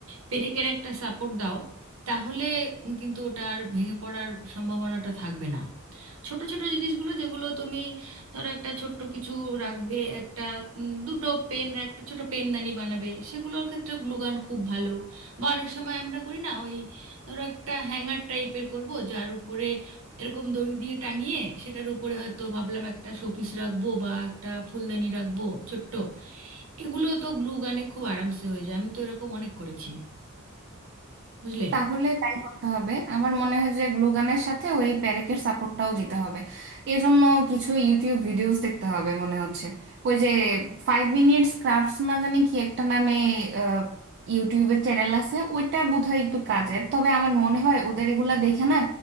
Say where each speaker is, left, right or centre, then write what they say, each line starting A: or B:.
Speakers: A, on the right (about 70°); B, on the right (about 55°).
A: পেরেকের একটা সাপোর্ট দাও তাহলে কিন্তু ওটার ভেঙে পড়ার সম্ভাবনাটা থাকবে না ছোট ছোট জিনিসগুলো যেগুলো তুমি ধরো একটা ছোট্ট কিছু রাখবে একটা উম, দুটো পেন একটা ছোট পেনদানি বানাবে সেগুলোর ক্ষেত্রে গ্লুগান খুব ভালো বা অনেক সময় আমরা করি না ওই ধরো একটা হ্যাঙ্গার টাইপের করব যার উপরে এরকম দড়ি দিয়ে টাঙিয়ে সেটার উপরে হয়তো ভাবলাম একটা শোপিস রাখবো বা একটা ফুলদানি রাখবো ছোট্ট এগুলো তো গ্লু গানে খুব আরামসে হয়ে যায় আমি তো এরকম অনেক করেছি বুঝলে
B: তাহলে তাই করতে হবে আমার মনে হয় যে গ্লুগানের সাথে ওই প্যারেকের সাপোর্টটাও দিতে হবে এজন্য কিছু ইউটিউব ভিডিওস দেখতে হবে মনে হচ্ছে ওই যে ফাইভ মিনিটস ক্রাফটস না জানি কি একটা নামে আহ, ইউটিউবের চ্যানেল আছে ওইটা বোধহয় একটু কাজের তবে আমার মনে হয় ওদের এগুলা দেখে না